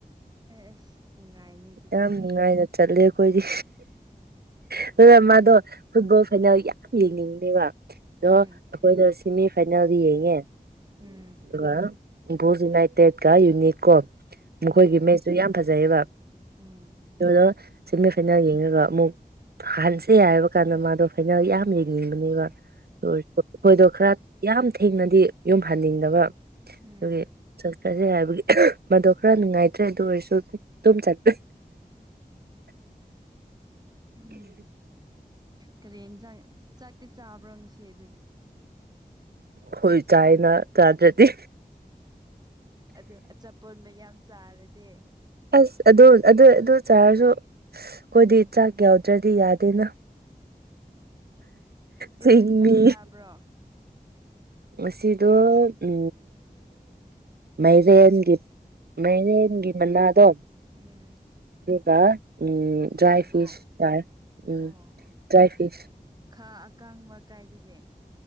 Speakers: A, on the right; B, on the right.
A: ꯑꯦ ꯅꯨꯡꯉꯥꯏꯅꯤ ꯑꯗꯨꯗꯤ
B: ꯌꯥꯝ ꯅꯨꯡꯉꯥꯏꯅ ꯆꯠꯂꯦ ꯑꯩꯈꯣꯏꯗꯤ ꯑꯗꯨꯒ ꯃꯥꯗꯣ ꯐꯨꯠꯕꯣꯜ ꯐꯥꯏꯅꯦꯜ ꯌꯥꯝ ꯌꯦꯡꯅꯤꯡꯅꯦꯕ ꯑꯗꯣ
A: ꯎꯝ
B: ꯑꯩꯈꯣꯏꯅ ꯁꯤꯦꯃꯤ ꯐꯥꯏꯅꯦꯜꯗ ꯌꯦꯡꯉꯦ
A: ꯎꯝ
B: ꯑꯗꯨꯒ ꯏꯝꯄꯣꯁ ꯌꯨꯅꯥꯏꯇꯦꯠꯀ ꯌꯨꯅꯤꯠ ꯀꯣ ꯃꯈꯣꯏꯒꯤ
A: ꯎꯝ
B: ꯃꯦꯠꯆꯁꯨꯨ ꯌꯥꯝ ꯐꯖꯩꯑꯕ
A: ꯎꯝ
B: ꯑꯗꯨꯅ ꯁꯦꯃꯤ ꯐꯥꯏꯅꯦꯜ ꯌꯦꯡꯔꯒ ꯑꯃꯨꯛ ꯍꯟꯁꯦ ꯍꯥꯏꯕ ꯀꯥꯟꯗ ꯃꯥꯗꯣ ꯐꯥꯏꯅꯦꯜ ꯌꯥꯝ ꯌꯦꯡꯅꯤꯡ ꯑꯗꯨꯒ ꯑꯩꯈꯣꯏꯗꯣ ꯈꯔ ꯌꯥꯝ ꯊꯦꯡꯅꯗꯤ ꯌꯨꯝꯍꯟꯅꯤꯡꯗꯕ
A: ꯎꯝ
B: ꯑꯗꯨꯒꯤ ꯆꯠꯈ꯭ꯔꯁꯦ ꯍꯥꯏꯕꯒꯤ ꯃꯗꯣ ꯈꯔ ꯅꯨꯡꯉꯥꯏꯇ꯭ꯔꯦ ꯑꯗꯨ ꯑꯣꯏꯔꯁꯨ ꯑꯗꯨ ꯆꯄ
A: ꯎꯝ ꯀꯔꯤ ꯌꯦꯟꯁꯥꯡ ꯆꯥꯛꯇꯤ ꯆꯥꯕ꯭ꯔꯣ ꯉꯁꯤ ꯑꯗꯨꯗꯤ
B: ꯍꯣꯏ ꯆꯥꯏꯌꯦꯅ ꯆꯥꯗ꯭ꯔꯗꯤ
A: ꯑꯗꯨ ꯑꯆꯥꯄꯣꯠ ꯃꯌꯥꯝ ꯆꯥꯔꯗꯤ
B: ꯑꯁ ꯑꯗꯨ ꯑꯗꯨ ꯑꯗꯨ ꯆꯥꯔꯁꯨ ꯑꯩꯈꯣꯏꯗꯤ ꯆꯥꯛ ꯌꯥꯎꯗ꯭ꯔꯗꯤ ꯌꯥꯗꯦꯅ
A: ꯀꯔꯤ
B: ꯆꯤꯡꯃꯤ
A: ꯑꯦꯟꯁꯥꯡ ꯆꯥꯕ꯭ꯔꯣ
B: ꯉꯁꯤꯗꯣ ꯎ ꯃꯥꯏꯔꯦꯟꯒꯤ ꯃꯥꯏꯔꯦꯟꯒꯤ ꯃꯅꯥꯗꯣ
A: ꯎꯝ
B: ꯑꯗꯨꯒ ꯎꯝ ꯗ꯭ꯔꯥꯏ
A: ꯁꯣꯏꯕꯨꯝ
B: ꯐꯤꯁ ꯊꯥꯔ ꯎꯝ
A: ꯑꯣ ꯑꯣ
B: ꯗ꯭ꯔꯥꯏ ꯐꯤꯁ
A: ꯈꯥ ꯑꯀꯥꯡꯕ ꯀꯥꯏꯗꯒꯦ